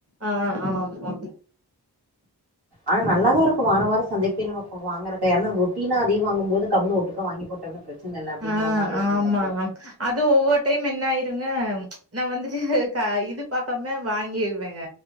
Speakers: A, on the right; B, on the right.
A: ஆ ஆமாம் <unintelligible>
B: ஆனா நல்லாதா இருக்கு வார வாரோ சந்தைக்கு போய் நம்ம போய் வாங்குறது ஏனா ரொட்டினா அதே வாங்கும்போது கம்முனு ஒட்டுக்கா வாங்கி போட்டோனா பிரச்சனல்ல அப்டிங்கிற
A: ஆ
B: மாரி இருக்கோ
A: ஆமா.
B: நமக்கு
A: அது ஒவ்வொரு டைம் என்ன ஆயிருங்க நா வந்துட்டு க இது பாக்காம வாங்கிருவேங்க